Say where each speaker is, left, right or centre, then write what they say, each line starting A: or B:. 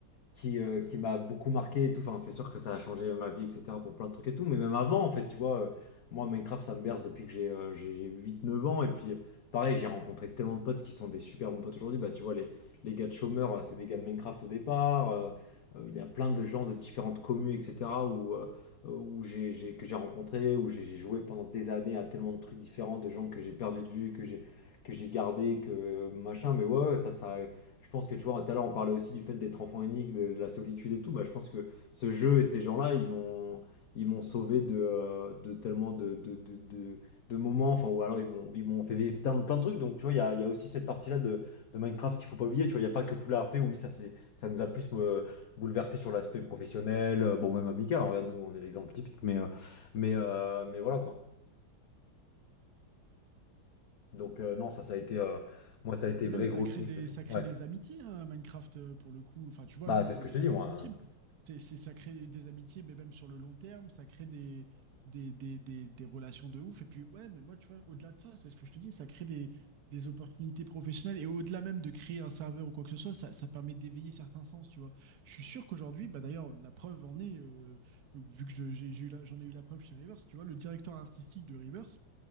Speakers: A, on the left; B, on the right.
A: qui, euh, qui m'a beaucoup marqué et tout. Enfin, c'est sûr que ça a changé euh, ma vie, etc. pour plein de trucs et tout. Mais même avant, en fait, tu vois, euh, moi, Minecraft, ça me berce depuis que j'ai euh, j'ai huit neuf ans. Et puis, euh, pareil, j'ai rencontré tellement de potes qui sont des super bons potes aujourd'hui. Bah, tu vois, les, les gars de chômeurs, euh, c'est des gars de Minecraft au départ. Euh, euh, il y a plein de gens de différentes communes, etc. où, euh, euh, où j'ai, j'ai- que j'ai rencontré, où j'ai j'ai joué pendant des années à tellement de trucs différents, de gens que j'ai perdu de vue, que j'ai que j'ai gardé, que machin. Mais ouais, ouais, ça, ça. Je pense que tu vois, tout à l'heure on parlait aussi du fait d'être enfant unique, de, de la solitude et tout. Bah, je pense que ce jeu et ces gens-là, ils m'ont, ils m'ont sauvé de, euh, de tellement de, de, de, de- de moments, enfin, ou alors ils m'ont, ils m'ont fait vivre plein, plein de trucs. Donc tu vois, il y a, il y a aussi cette partie-là de, de Minecraft qu'il faut pas oublier. Tu vois, il n'y a pas que Poula RP, oui, ça, c'est, ça nous a plus euh, bouleversé sur l'aspect professionnel, euh, bon, même amical. hein. regarde, nous, on est l'exemple typique, mais, euh, mais, euh, mais voilà quoi. Donc euh, non, ça, ça a été, euh, moi, ça
B: M-
A: a été
B: Même
A: vrai
B: ça
A: gros
B: crée
A: kiff
B: des,
A: et tout.
B: ça crée
A: Ouais,
B: des amitiés, hein, Minecraft, euh, pour le coup. Enfin, tu vois,
A: bah,
B: nous,
A: c'est
B: on
A: ce
B: en
A: que
B: est
A: je te
B: la
A: dis,
B: preuve
A: moi. hein,
B: ultime.
A: ce que je te-
B: C'est, c'est, ça crée des amitiés, mais même sur le long terme, ça crée des, des, des, des, des relations de ouf. Et puis, ouais, mais moi, tu vois, au-delà de ça, c'est ce que je te dis, ça crée des, des opportunités professionnelles. Et au-delà même de créer un serveur ou quoi que ce soit, ça, ça permet d'éveiller certains sens, tu vois. Je suis sûr qu'aujourd'hui, bah d'ailleurs, la preuve en est, euh, vu que je- j'ai, j'ai eu la- j'en ai eu la preuve chez Rivers, tu vois, le directeur artistique de Rivers,